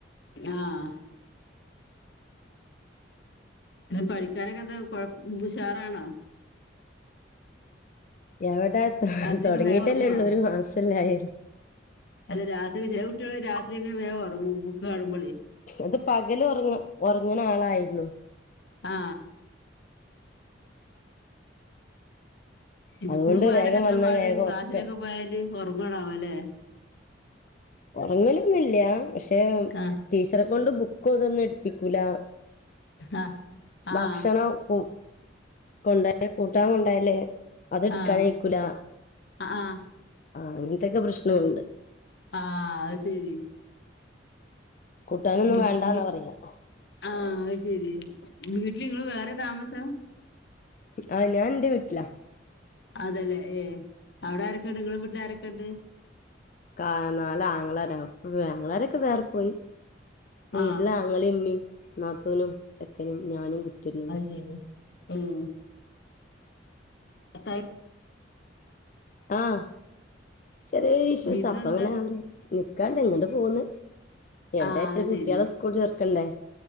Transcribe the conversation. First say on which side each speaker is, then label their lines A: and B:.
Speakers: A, on the left; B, on the left.
A: ആഹ ക്ക പഠിക്കാനൊക്കെ എന്താ കൊഴ ഉഷാറാണാ?
B: എവിടെ
A: രാത്രിയൊക്കെ
B: തുടങ്ങിട്ടല്ലേ
A: വേഗം ഉറങ്ങുവോ
B: ഉള്ളൂ. ഒരു മാസംല്ലേ ആയിള്ളൂ.
A: അല്ല രാത്രി ചെല കുട്ടികള്, രാത്രിയൊക്കെ വേഗം ഒറങ്ങും ബുക്ക് കാണുമ്പോളേ.
B: ഇത് പകല് ഉറങ്ങ ഉറങ്ങണ ആളായിരുന്നു.
A: ആ ഇസ്കൂള്
B: അതുകൊണ്ട്
A: പോലൊക്കെ
B: വേഗം
A: എന്താ
B: വന്നാ
A: പാട്.
B: വേഗം
A: ക്ലാസ്സിലൊക്കെ
B: ഉറക്ക
A: പോയാല് ഉറങ്ങണം അല്ലേ.
B: ഉറങ്ങലൊന്നില്ല. പക്ഷേ,
A: കാർ
B: ടീച്ചറെ കൊണ്ട് ബുക്ക് ഇതൊന്നും എടുപ്പിക്കൂല
A: ആഹ് ആഹ്
B: ഭക്ഷണം ഉ കൊണ്ടയെ കൂട്ടാ കൊണ്ടായാൽ അത് ഇട്ക്കാനഴക്കൂല
A: ആഹ് ആഹ് ആഹ്
B: ആഹ് അങ്ങനത്തൊക്കെ പ്രശ്നവുണ്ട്
A: ആഹ് ആശെരി..
B: കൂട്ടാനൊന്നും
A: ശരി
B: വേണ്ടാന്നാ പറയകാ
A: ആഹ് അത് ശെരി വീട്ടിൽ ഇങ്ങൾ വേറെ താമസവാ.
B: ആഹ് ഞാൻ ഇന്റെ വീട്ടിലാ
A: അതല്ലേ ഏഹ് അവിടെ ആരൊക്കെ ഉണ്ട് നിങ്ങളെ വീട്ടിൽ ആരൊക്കെ ഉണ്ട്?
B: കാഹ് നാലാങ്ങളാര ഇപ്പൊഅങ്ങളരൊക്കെ വേറെ പോയി വീട്ടില
A: ആഹ്
B: ആങ്ങളീം ഇമ്മീം നാത്തൂനും ചെക്കനും ഞാനും കുട്ടിരുന്നുണ്ട്.
A: ഏഹ്.. ഉം എന്തായ്..
B: ആഹ്. ചെറിയ ഇഷ്യൂസാ
A: വിരുന്ന്
B: അപ്പ
A: വന്നതാ
B: അങ്ങനെ ആഡ് നിക്കാണ്ട് എങ്ങോട്ട് പോന്ന്. എവിടെയായിട്ട്
A: ആഹ് അത്
B: കുട്ടിയളെ
A: ശെരി
B: സ്കൂൾ ചേർക്കണ്ടേ